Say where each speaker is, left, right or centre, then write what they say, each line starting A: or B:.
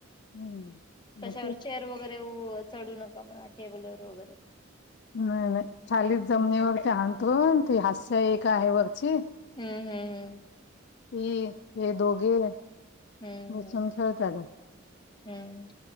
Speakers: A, on the left (about 55°); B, on the left (about 25°).
A: हम्म
B: कशावर
A: मग तेच
B: चेअर वगैरे चढू नका म्हणा टेबल वर वगैरे
A: नाही नाही खाली
B: हम्म
A: जमनीवरती ते हांतरून ते हास्य एक आहे वरची
B: हम्म हम्म हम्म
A: ती हे दोघे
B: हम्म
A: बसून
B: हम्म,
A: खेळतात
B: हम्म